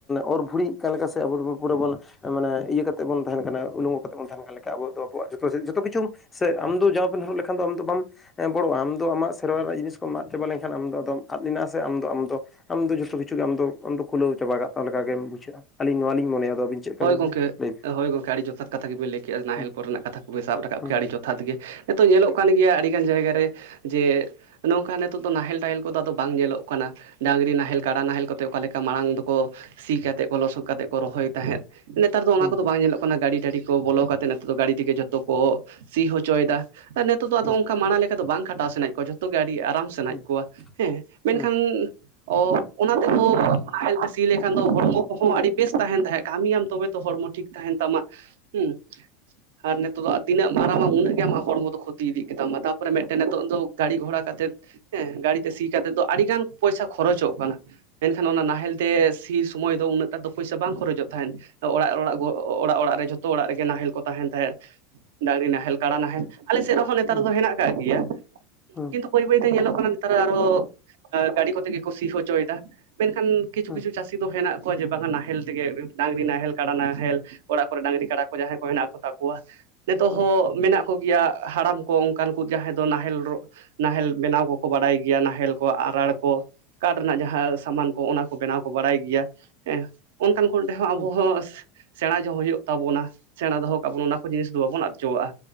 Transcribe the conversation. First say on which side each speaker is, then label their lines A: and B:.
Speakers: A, on the left (about 20°); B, on the right (about 75°).
A: ᱚᱨ ᱵᱷᱩᱤᱜ ᱠᱟᱱ ᱥᱮ ᱟᱵᱚᱫᱚᱱ ᱯᱩᱨᱟᱹ ᱵᱚᱱ ᱢᱟᱱᱮ ᱤᱭᱟᱹ ᱠᱟᱛᱮᱜ ᱵᱚᱱ ᱛᱟᱦᱮᱱ ᱠᱟᱱᱟ ᱩᱞᱚᱝᱜᱚ ᱠᱟᱛᱮᱜ ᱵᱚᱱ ᱛᱟᱦᱮᱱ ᱠᱟᱱᱟ᱾ <inaudible> ᱚ ᱡᱚᱛᱚ ᱠᱤᱪᱷᱩ ᱥᱮ ᱟᱢ ᱫᱚ ᱡᱟᱢᱟ ᱯᱮᱱ ᱦᱚᱨᱚᱜ ᱞᱮᱠᱷᱟᱱ ᱫᱚ ᱵᱟᱢ ᱵᱚᱲᱚᱜᱼᱟ ᱟᱢ ᱫᱚ ᱟᱢᱟᱜ ᱥᱮᱨᱣᱟ ᱨᱮᱱᱟᱜ ᱡᱤᱱᱤᱥ ᱠᱚᱢ ᱟᱫ ᱪᱟᱵᱟ ᱞᱮᱱᱠᱷᱟᱱ ᱟᱢ ᱫᱚ ᱟᱫᱚᱢ ᱟᱫᱮᱱᱟ ᱥᱮ ᱟᱢ ᱫᱚ ᱟᱢ ᱫᱚ ᱟᱢ ᱡᱚᱛᱚ ᱠᱤᱪᱷᱩ ᱜᱮ ᱟᱢ ᱫᱚ ᱟᱢ ᱫᱚ ᱠᱷᱩᱞᱟᱹᱣ ᱪᱟᱵᱟ ᱠᱟᱜᱛᱟᱢ ᱞᱮᱠᱟ ᱜᱮᱢ ᱵᱩᱡᱷᱟᱹᱜᱼᱟ ᱟᱞᱤᱧ ᱱᱟᱣᱟ ᱞᱤᱧ ᱢᱚᱱᱮᱭᱟ ᱟᱫᱚ ᱟᱵᱤᱱ ᱪᱮᱫ
B: ᱦᱳᱭ
A: ᱞᱮᱠᱟ
B: ᱜᱚᱝᱠᱮ
A: <inaudible>
B: ᱦᱳᱭ ᱜᱚᱢᱠᱮ ᱟᱹᱰᱤ ᱡᱚᱛᱷᱟᱛ ᱠᱟᱛᱷᱟ ᱜᱮᱵᱤᱱ ᱞᱟᱹᱭ ᱠᱮᱜᱼᱟ ᱱᱟᱦᱮᱞ
A: ᱦᱩᱸ
B: ᱠᱚᱨᱮᱱᱟᱜ ᱠᱟᱛᱷᱟ ᱠᱚᱵᱤᱱ ᱥᱟᱵ ᱨᱟᱠᱟᱵ
A: ᱦᱩᱸ
B: ᱠᱮᱜᱼᱟ ᱟᱹᱰᱤ ᱡᱚᱛᱷᱟᱛ ᱜᱮ ᱱᱤᱛᱚᱜ ᱧᱮᱞᱚᱜ ᱠᱟᱱ ᱜᱮᱭᱟ ᱟᱹᱰᱤᱜᱟᱱ ᱡᱟᱭᱜᱟ ᱨᱮ ᱡᱮ ᱱᱚᱝᱠᱟ ᱱᱤᱛᱚᱜ ᱫᱚ ᱱᱟᱦᱮᱞ ᱛᱟᱦᱮ ᱠᱚᱫᱚ ᱵᱟᱝ ᱧᱮᱞᱚᱜ ᱠᱟᱱᱟ ᱰᱟᱹᱝᱨᱤ ᱱᱟᱦᱮᱞ ᱠᱟᱰᱟ ᱱᱟᱦᱮᱞ ᱠᱚᱛᱮ ᱚᱠᱟ ᱞᱮᱠᱟ ᱢᱟᱲᱟᱝ ᱫᱚᱠᱚ ᱥᱤ ᱠᱟᱛᱮᱫ ᱠᱚ ᱞᱚᱥᱚᱫ ᱠᱟᱛᱮ ᱠᱚ ᱨᱚᱦᱚᱭ ᱛᱟᱦᱮᱸᱫ ᱱᱮᱛᱟᱨ
A: ᱦᱩᱸ
B: ᱫᱚ ᱚᱱᱟ ᱠᱚᱫᱚ ᱵᱟᱝ ᱧᱮᱞᱚᱜ ᱠᱟᱱᱟ ᱜᱟᱹᱰᱤ ᱴᱟᱹᱰᱤ- ᱛᱚ ᱵᱚᱞᱚ ᱠᱟᱛᱮᱜ ᱱᱤᱛᱚᱜ ᱫᱚ ᱜᱟᱹᱰᱤ ᱛᱮᱜᱮ ᱡᱚᱛᱚ ᱠᱚ ᱥᱤ ᱦᱚᱪᱚᱭ ᱮᱫᱟ᱾ ᱡᱚᱛᱚ ᱫᱚ ᱟᱫᱚ
A: ᱦᱩᱸ
B: ᱚᱱᱠᱟ ᱢᱟᱲᱟᱝ ᱞᱮᱠᱟ -ᱫᱚ ᱵᱟᱲᱟ ᱞᱮᱠᱟ ᱫᱚ ᱵᱟᱝ ᱠᱷᱟᱴᱟᱣ ᱥᱟᱱᱟᱮᱫ ᱠᱚᱣᱟ ᱡᱚᱛᱚ ᱜᱮ ᱟᱹᱰᱤ ᱟᱨᱟᱢ ᱥᱟᱱᱟᱭᱮᱫ
A: ᱦᱩᱸ
B: ᱠᱚᱣᱟ᱾ ᱦᱮᱸ ᱢᱮᱱᱠᱷᱟᱱ
A: ᱦᱩᱸ
B: ᱚ, ᱚᱱᱟ ᱛᱮᱦᱚᱸ ᱥᱤ ᱞᱮᱠᱷᱟᱱ ᱫᱚ ᱦᱚᱲᱢᱚ ᱠᱚᱦᱚᱸ ᱟᱹᱰᱤ ᱵᱮᱥ ᱛᱟᱦᱮᱱ ᱛᱟᱦᱮᱸᱫ ᱠᱟᱹᱢᱤᱭᱟᱢ ᱛᱚᱵᱮ ᱛᱚ ᱦᱚᱲᱢᱚ ᱴᱷᱤᱠ ᱛᱟᱦᱮᱱ ᱛᱟᱢᱟ ᱦᱩᱸ ᱟᱨ ᱱᱤᱛᱚᱜ ᱫᱚ ᱛᱤᱱᱟᱹᱜ ᱮᱢ ᱟᱨᱟᱢᱟ ᱩᱱᱟᱹᱜ ᱜᱮ ᱟᱢᱟᱜ ᱦᱚᱲᱢᱚ ᱫᱚ ᱠᱷᱩᱛᱤᱜ ᱛᱤ ᱤᱫᱤᱜ ᱜᱮᱛᱟᱢᱟ ᱛᱟᱯᱚᱨᱮ ᱢᱤᱫᱴᱮᱱ ᱱᱤᱛᱚᱜ ᱫᱚ ᱜᱟᱹᱲᱤ ᱜᱷᱚᱲᱟ ᱠᱟᱛᱮᱫ ᱦᱮᱸ ᱜᱟᱹᱲᱤ ᱛᱮ ᱥᱤ ᱠᱟᱛᱮᱫ ᱫᱚ ᱟᱹᱰᱤ ᱜᱟᱱ ᱯᱚᱭᱥᱟ ᱠᱷᱚᱨᱚᱪᱚᱜ ᱠᱟᱱᱟ ᱢᱮᱱᱠᱷᱟᱱ ᱚᱱᱟ ᱱᱟᱦᱮᱞ ᱛᱮ ᱥᱤ ᱥᱚᱢᱚᱭ ᱫᱚ ᱩᱱᱟᱹᱜ ᱴᱟ ᱫᱚ ᱯᱚᱭᱥᱟ ᱵᱟᱝ ᱠᱷᱚᱨᱚᱪᱚᱜ ᱛᱟᱦᱮᱸᱫ ᱚᱲᱟᱜ ᱚᱲᱟᱜ ᱚᱲᱟᱜ ᱚᱲᱟᱜ ᱨᱮ ᱡᱷᱚᱛᱚ ᱚᱲᱟᱜ ᱨᱮᱜᱮ ᱱᱟᱦᱮᱞ ᱠᱚ ᱛᱟᱦᱮᱱ ᱛᱟᱦᱮᱸᱫ ᱰᱟᱝᱨᱤ ᱱᱟᱦᱮᱞ ᱠᱟᱲᱟ ᱱᱟᱦᱮᱞ ᱟᱞᱮ ᱥᱮᱫ ᱨᱮᱦᱚᱸ ᱱᱮᱛᱟᱨ
A: ᱦᱩᱸ
B: ᱫᱚ ᱦᱮᱱᱟᱜ ᱠᱟᱜ ᱜᱮᱭᱟ
A: ᱦᱩᱸ
B: ᱠᱤᱱᱛᱩ ᱵᱟᱹᱭ ᱵᱟᱹᱭ ᱛᱮ ᱧᱮᱞᱚᱜ ᱠᱟᱱᱟ ᱱᱮᱛᱟᱨ ᱫᱚ ᱟᱨᱚᱦᱚ ᱜᱟᱹᱰᱤ ᱠᱚᱛᱮ ᱜᱮ ᱠᱚ ᱥᱤ ᱦᱚᱪᱚᱭᱮᱫᱟ ᱢᱮᱱᱠᱷᱟᱱ ᱠᱤᱪᱷᱩ
A: ᱦᱩᱸ
B: ᱠᱤᱪᱷᱩ ᱪᱟᱹᱥᱤ ᱫᱚ ᱦᱮᱱᱟᱜ ᱠᱚᱣᱟ ᱡᱮ ᱵᱟᱠᱷᱟᱱ ᱱᱟᱦᱮᱞ ᱛᱮᱜᱮ ᱰᱟᱝᱨᱤ ᱱᱟᱦᱮᱞ ᱠᱟᱰᱟ ᱱᱟᱦᱮᱞ ᱚᱲᱟᱜ ᱠᱚᱨᱮ ᱰᱟᱝᱨᱤ ᱠᱟᱰᱟ ᱠᱚ ᱡᱟᱦᱟᱸᱭ ᱠᱚ ᱦᱮᱱᱟᱜ ᱠᱚᱛᱟ ᱠᱚᱣᱟ ᱱᱤᱛᱚᱜ
A: ᱦᱩᱸ
B: ᱦᱚᱸ ᱢᱮᱱᱟᱜ ᱠᱚᱜᱮᱭᱟ ᱦᱟᱲᱟᱢ ᱠᱚ ᱚᱱᱠᱟᱱ ᱠᱚ ᱡᱟᱦᱟᱸᱭ ᱫᱚ ᱱᱟᱦᱮᱞ ᱨᱚᱜ ᱱᱟᱦᱮᱞ ᱵᱮᱱᱟᱣ ᱠᱚᱠᱚ ᱵᱟᱲᱟᱭ ᱜᱮᱭᱟ ᱱᱟᱦᱮᱞ ᱠᱚ ᱟᱨᱟᱬ ᱠᱚ ᱠᱟᱴ ᱨᱮᱱᱟᱜ ᱡᱟᱦᱟᱸ ᱥᱟᱢᱟᱱ ᱠᱚ ᱚᱱᱟ ᱠᱚ ᱵᱮᱱᱟᱣ ᱠᱚ ᱵᱟᱲᱟᱭ ᱜᱮᱭᱟ᱾ ᱦᱮᱸ ᱚᱱᱠᱟᱱ ᱠᱚᱨᱮᱦᱚᱸ ᱟᱵᱚᱦᱟ
A: ᱦᱩᱸ
B: ᱥᱮ ᱥᱮᱬᱟ ᱫᱚᱦᱚ ᱦᱩᱭᱩᱜ ᱛᱟᱵᱚᱱᱟ ᱥᱮᱬᱟ ᱫᱚᱦᱚ ᱠᱟᱜᱵᱚᱱᱟ ᱚᱱᱟ ᱠᱚ ᱡᱤᱱᱤᱥ ᱫᱚ ᱵᱟᱵᱚᱱ ᱟᱫᱪᱚᱣᱟᱜᱼᱟ